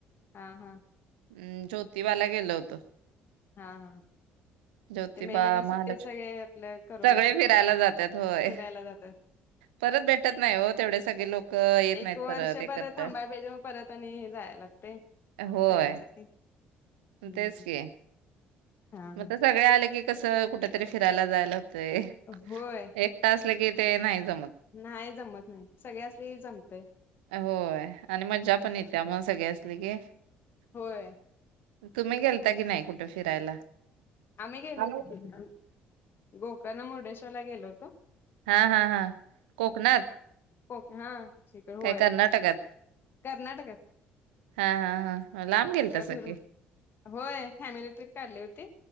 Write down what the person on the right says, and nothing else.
हम् ज्योतिबाला गेल होतो.
ज्योतिबा
महालक्ष्मी
सगळे
फिरायला जातात होय.
परत भेटत नाही हो तेवढे सगळे लोक येत
नाहीत
परत एकत्र
होय.
तेच
की
मग
त सगळे आले की कस कुठतरी फिरायला जायला तय
एकट असल की ते नाही जमत
होय आणि मज्जा
पण येत्या <unintelligible>
तुम्ही गेलता की नाही कुठं? फिरायला
हा
हां हां हां कोकणात
काय कर्नाटकात
हा हा हा लांब गेलतासा
की